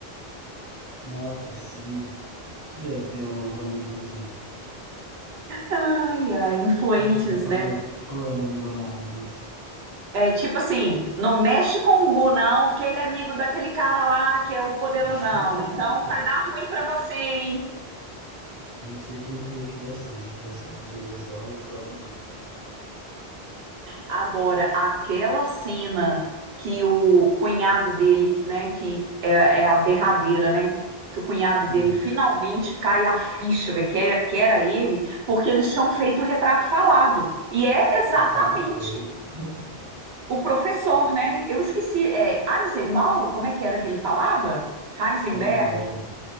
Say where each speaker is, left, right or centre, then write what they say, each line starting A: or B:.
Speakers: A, on the right (about 20°); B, on the right (about 80°).
A: nossa, sim. Queria ter uns amigos assim.
B: Ai, ai, influentes,
A: Imagina eu fazer
B: né?
A: um plano milionário desse.
B: É tipo assim, não mexe com o Gu, não, porque ele é amigo daquele cara lá que é o poderosão.
A: <laughs>
B: Então vai dar ruim pra você, hein?
A: Eu não sei quem que eu queria ser, se eu queria ser o poderosão ou o próprio Gu.
B: Agora, aquela cena que o cunhado dele, né, que é, é a derradeira, né? Que o cunhado
A: Sim.
B: dele finalmente cai a ficha, velho, que, é- que era ele, porque eles tinham feito o retrato falado. E é exatamente
A: Luciano é cômico. <laughs>
B: o professor, né? Eu esqueci, é Eisenbaum? Como é que era que ele falava? Heisenberg?
A: Heisenberg.